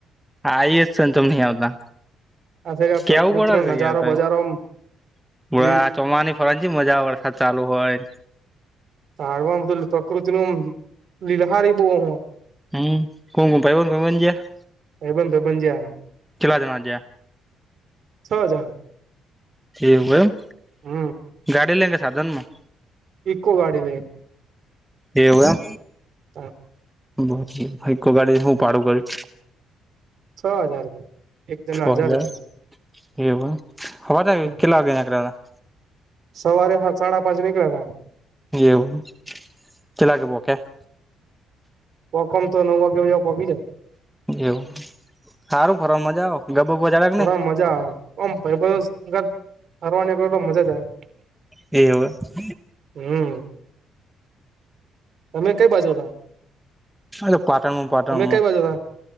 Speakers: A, in the centre; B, on the right.
A: આ આવી જ સ તોમ ન આવતા
B: આ સાઈડ આ
A: કેવું
B: પ્રકૃતિનો
A: પડે
B: નજારો
A: યાર
B: બજારો લીલ
A: ત ચોમાની ફરણ મજા વરસાદ ચાલુ હોય
B: તાારવાધું પ્રકૃતિ ન લીલહારી બહય
A: હમ ઘમકમ પાઈ હનજયા
B: ભાઈબંધ ભાઈબંધ જ્યાં
A: કેલા જનાજ
B: છ હજાર
A: એ હોય
B: હમ
A: ગાડી લેગે સાધનમાં
B: ઇકો ગાડી લ
A: એવું
B: હા
A: બાકી ઈકો ગાડી હું ભાડું કરે
B: છ હજાર રૂપિયા એક જણા
A: છ હજાર
B: રૂપિયા
A: એવું હે, હવારે
B: હમ
A: કેટલા વાગે નેકળ્યા તા?
B: સવારે હા સાડા પાંચ નીકળ્યા હતા.
A: એવું, કેટલા વાગે પહોક્યા?
B: પોકમ તો નવ વાગ્યા <unintelligible> પોકી જાય
A: એવું, સારું ફરવામાં મજા આવે? ગબ <unintelligible> કે
B: ફરવા
A: નઈ?
B: મજા આવે. ઓમ ભઈબંધો <unintelligible> ફરવા નિકળો તો મજા જ આવે.
A: એવું એ
B: હમ તમે કઈ બાજુ ના?
A: છે ને પાટણમાં પાટણમાં
B: કઈ બાજુ હતા